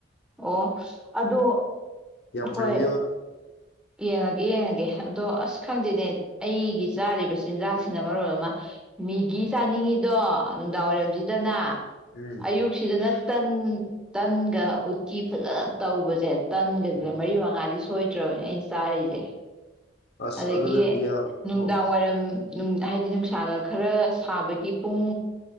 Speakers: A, in the centre; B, on the left (about 60°).
A: ꯑꯣ ꯑꯗꯣ
B: ꯌꯥꯝ
A: ꯍꯣꯏ
B: ꯐ꯭ꯔꯦꯟꯂꯤ ꯑꯣꯏ
A: ꯌꯦꯡꯉꯒꯦ ꯌꯦꯡꯉꯒꯦ ꯑꯗꯣ ꯑꯁ ꯈꯪꯗꯦꯅꯦ ꯑꯩꯒꯤ ꯆꯥꯔꯤꯕ ꯆꯤꯟꯖꯥꯛꯁꯤꯅ ꯃꯔ ꯑꯣꯏ ꯑꯃ ꯃꯤꯒꯤ ꯆꯥꯅꯤꯡꯉꯤꯗꯣ ꯅꯨꯡꯗꯥꯡ ꯋꯥꯏꯔꯝꯁꯤꯗꯅ
B: ꯎꯝ
A: ꯑꯌꯨꯛꯁꯤꯗꯅ ꯇꯟ ꯇꯟꯒ ꯎꯠꯀꯤ ꯐꯖꯅ ꯇꯧꯕꯁꯦ ꯇꯟꯒꯁꯦ
B: ꯎꯝ
A: ꯃꯔꯤ ꯃꯉꯥꯗꯤ ꯊꯣꯏꯗ꯭ꯔꯕꯅꯤ ꯑꯩ ꯁꯔꯤꯁꯦ
B: ꯑꯁ
A: ꯑꯗꯒꯤ
B: ꯑꯗꯨꯅꯗꯤ ꯌꯥꯔꯣꯏꯉꯣ
A: ꯅꯨꯡꯗꯥꯡ ꯋꯥꯏꯔꯝ ꯅꯨꯡ ꯍꯥꯏꯗꯤ ꯎꯅꯨꯡꯁꯥꯒ ꯈꯔ ꯁꯥꯕꯒꯤ ꯄꯨꯡ